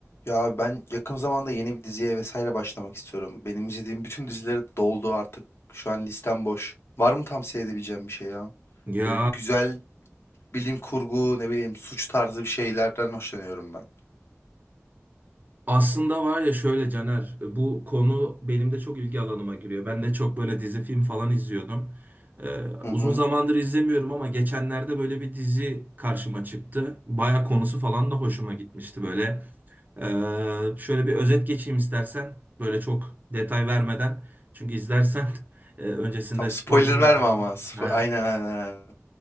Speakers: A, on the left (about 55°); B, on the right (about 35°).
A: Ya ben yakın zamanda yeni bir diziye vesaire başlamak istiyorum. Benim izlediğim bütün dizileri doldu artık. Şu an listem boş. Var mı tavsiye edebileceğim bir şey ya?
B: Ya
A: Böyle güzel bilim kurgu, ne bileyim suç tarzı bir şeylerden hoşlanıyorum ben.
B: aslında var ya şöyle Caner, bu konu benim de çok ilgi alanıma giriyor. Ben de çok böyle dizi film falan izliyordum. Ee,
A: Hı
B: uzun
A: hı.
B: zamandır izlemiyorum ama geçenlerde böyle bir dizi karşıma çıktı. Baya konusu falan da hoşuma gitmişti böyle. Ee, şöyle bir özet geçeyim istersen. Böyle çok detay vermeden. Çünkü izlersen <laughs> e, öncesinde
A: Tamam spoiler
B: spoiler vermem.
A: verme ama. Spo- aynen aynen aynen.